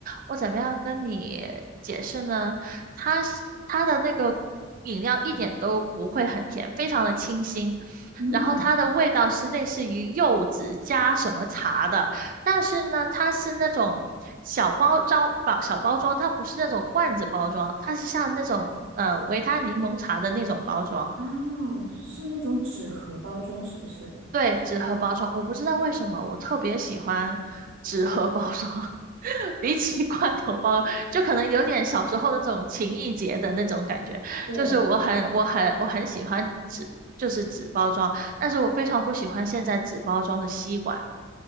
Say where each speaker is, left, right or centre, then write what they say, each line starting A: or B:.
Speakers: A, on the right (about 45°); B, on the right (about 80°).
A: 我怎么样跟你解释呢？它是它的那个饮料一点都不会很甜，非常的清新，
B: 嗯。
A: 然后它的味道是类似于柚子加什么茶的，但是呢，它是那种小包装包小包装，它不是那种罐子包装，它是像那种呃维他柠檬茶的那种包装。
B: 哦，是那种纸盒包装，是不是？
A: 对，纸盒包装，我不知道为什么我特别喜欢纸盒包装，<laughs> 比起罐头包，就可能有点小时候那种情意结的那种感觉。
B: 对，
A: 就是我很、我很、我很喜欢纸，就是纸包装，但是我非常不喜欢现在纸包装的吸管，